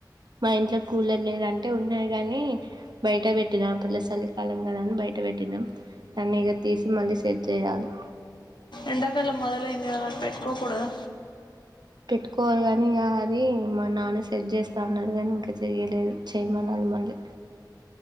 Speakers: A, on the right; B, on the left.
A: మా ఇంట్లో కూలర్ లేద అంటే ఉన్నాయి గాని బయట పెట్టినాం <unintelligible> సలికాలం గదా అని బయట పెట్టినాం దాన్ని ఇక తీసి మళ్ళీ సెట్ చేయాలి
B: ఎండాకాలం మొదలైంది కదా మరి పెట్టుకోకూడదా
A: పెట్టుకోవాలి గాని ఇగ అది మా నాన్న సెట్ చేస్తా అన్నాడు కానీ ఇంకా చెయ్యలేదు చేయమనాలి మళ్లీ